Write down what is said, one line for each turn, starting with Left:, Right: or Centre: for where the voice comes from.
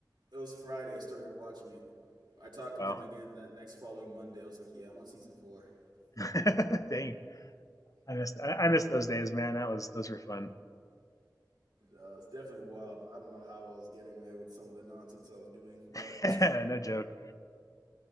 Right: it was friday started watching it i talked
Left: Wow.
Right: with him again that next following monday i was like yeah i'm on season four
Left: <laughs> Dang. I missed I, I missed those days, man. That was those were fun.
Right: uh, it's definitely wild i don't know how i was getting away with some of the nonsense i was doing but
Left: <laughs> no joke.